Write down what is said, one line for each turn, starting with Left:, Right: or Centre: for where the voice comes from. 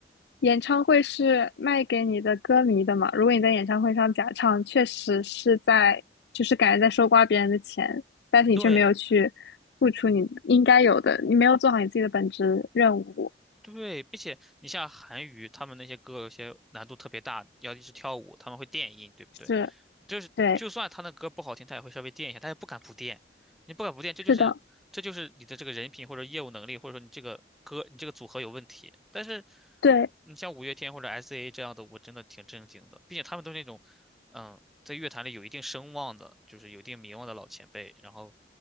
Left: 演唱会是卖给你的歌迷的嘛，如果你在演唱会上假唱，确实是在，就是感觉在收刮别人的钱，但是你却没有去付出你应该有的，
Centre: 对
Left: 你没有做好你自己的本职任务。
Centre: 对，并且你像韩娱他们那些歌有些难度特别大，要一直跳舞，他们会电音，对不对？
Left: 是，
Centre: 就是就算他那歌不好听，
Left: 对，
Centre: 他也会稍微垫一下，他也不敢不垫。你不敢不垫，这就是这就是你的这个人品或者业务能力，
Left: 是的，
Centre: 或者说你这个歌你这个组合有问题。但是
Left: 对，
Centre: 你像五月天或者 S.A 这样的，我真的挺震惊的，并且他们都是那种嗯在乐坛里有一定声望的，就是有一定名望的老前辈，然后